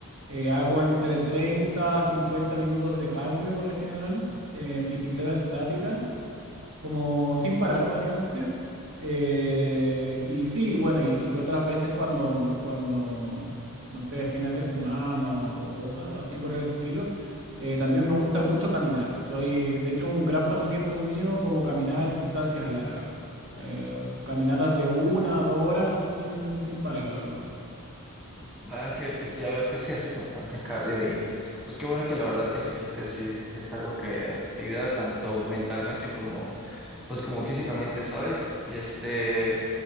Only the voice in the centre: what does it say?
Ah, que pues ya veo que sí haces bastante cardio y pues qué bueno que la verdad te ejercites, sí, es sí es algo que eh, ayuda tanto mentalmente como, pues como físicamente, ¿sabes? Y este...